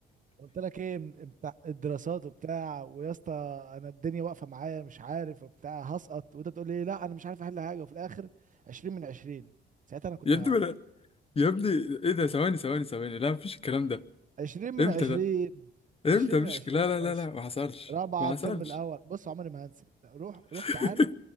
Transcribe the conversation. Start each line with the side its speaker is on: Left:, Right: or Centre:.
Right: قلت لك ايه م- بتاع الدراسات وبتاع ويا اسطى انا الدنيا واقفه معايا مش عارف وبتاع هسقط وانت تقول لي لا انا مش عارف احل حاجه وفي الاخر 20 من 20 ساعتها
Left: <laughs>
Right: انا كنت
Left: يبدو
Right: ه-
Left: يا ابني ايه ده ثواني ثواني ثواني لا مفيش الكلام ده
Right: 20 من
Left: امتى
Right: 20
Left: ده
Right: 20
Left: امتى
Right: من
Left: مفيش
Right: 20
Left: لا
Right: يا
Left: لا
Right: باشا
Left: لا لا ما حصلش
Right: رابعه
Left: ما
Right: الترم
Left: حصلش
Right: الاول بص عمري ما هنسى روح روح
Left: <laughs>
Right: تعالى